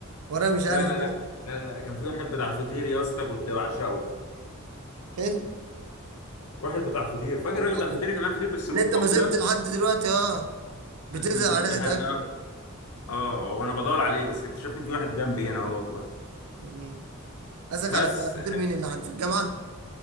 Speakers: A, on the right; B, on the left.
A: ورا مش
B: لا
A: عارف
B: لا
A: ايه
B: لا لا لا كان في واحد بتاع فطير يا اسطى كنت بعشقه
A: حلو
B: واحد بتاع فطير فاكر
A: عندكم
B: الراجل بتاع الفطير كمان فطير بالسجق
A: اللي انت ما زلت
B: ده
A: لحد دلوقتي اه بتنزل
B: ما زلت
A: على
B: لحد
A: ريحه اكل
B: اه وانا بدور عليه بس اكتشفت ان في واحد جنبي هنا هو جوه
A: مم. قصدك
B: بس
A: على بتاع الفطير مين اللي عند في الجامعه